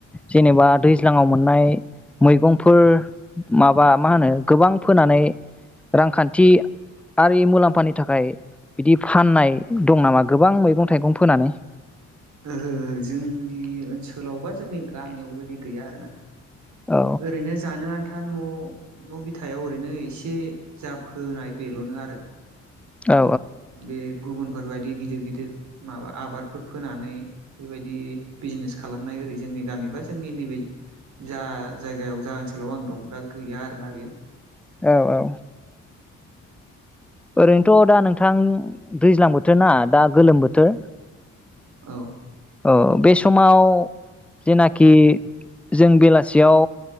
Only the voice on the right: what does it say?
ओहो ओहो जोंनि ओनसोलाव बा जोंनि गामियाव बेबायदि गैया आरोना।
ओरैनो जानो आन्था न' न' बिथायाव ओरैनो एसे जाफोनाय बेल'नो आरो
बे गुबुनफोर बायदि गि दिर गिदिर माबा आबादफोर फोनानै बेबायदि बिजनेस खालामनाय ओरै जोंनि गामि बा जोंनि नैबे जा जायगायाव जा ओनसोलाव आं दं दा गैया आरोना बियो
औ